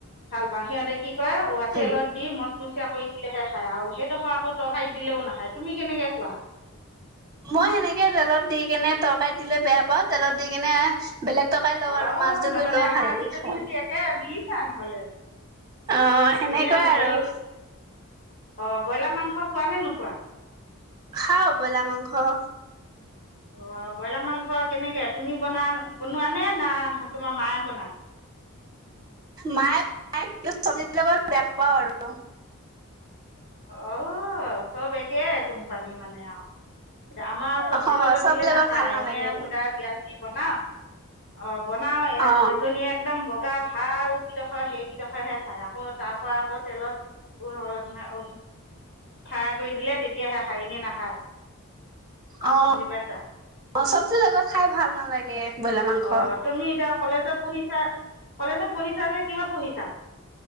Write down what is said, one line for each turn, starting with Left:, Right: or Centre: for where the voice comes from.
Left: ভাল পাওঁ। সিহঁতে কি কৰে, অ' তেলত
Right: উম
Left: দি মচমচীয়া দিলেহে খায় আও। সেইডোখৰ আকৌ তৰকাৰীত দিলেও নাখায়। তুমি কেনেকে খোৱা?
Right: মই সেনেকে তেলত দি কেনে তৰকাৰীত দিলে বেয়া পাওঁ। তেলত দি কেনে বেলেগ তৰকাৰী লওঁ
Left: অ'।
Right: আৰু মাছ জুগুৰি
Left: নহলে
Right: লওঁ
Left: আমাৰ
Right: ভালেৰে
Left: কেজনিহতি
Right: খাওঁ
Left: একে আমি এ নহ'লে
Right: অ' সেনেকুৱাই
Left: এনে হেৰি
Right: আৰু।
Left: অ' ব্ৰইলাৰ মাংস খোৱা নে নোখোৱা?
Right: খাওঁ ব্ৰইলাৰ মাংস।
Left: অ' ব্ৰইলাৰ মাংস কেনেকে, তুমি বনা- বনোৱা নে না তোমাৰ মায়ে বনায়?
Right: মায়ে বনায়। কিন্তু ছব্জিৰ লগত বেয়া পাওঁ আৰু।
Left: অ' চব একে কোম্পানী মানে আও। এতিয়া আমাৰ ছব্জিৰ
Right: অ
Left: লগত
Right: চব্জিৰ
Left: দিলে নাখায়।
Right: লগত ভাল নালাগে
Left: এনেই সুদা পিয়াজ দি বনাৱ? অ' বনাওঁ। এ-
Right: অ
Left: এজনী একদম বগা ভাল কিডখৰ- সেই কিডখৰহে খায়। আকৌ তাৰ পৰা আকৌ তেলত উ উ <unintelligible> ফ্ৰায় কৰি দিলে তেতিয়াহে খায়। এনে নাখায়।
Right: অ'
Left: বুজি পাইছা
Right: - অ' চব্জি লগত খাই ভাল নালাগে। ব্ৰইলাৰ মাংস
Left: অ' তুমি এতিয়া কলেজত পঢ়িছা- কলেজত পঢ়িছা যে কিহত পঢ়িছা?